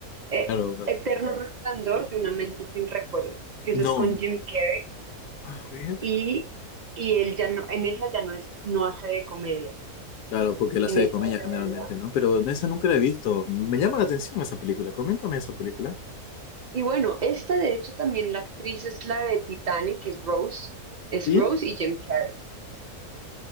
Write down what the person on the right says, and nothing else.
eh,
Eterno Resplandor de una mente sin recuerdo, que eso
es con Jim Carrey
y, y él ya no, en esa ya no es, no hace de comedia,
en
esa
hace
de drama.
Y bueno, esta de hecho también la actriz es la de Titanic, que es Rose, es
Rose y Jim Carrey.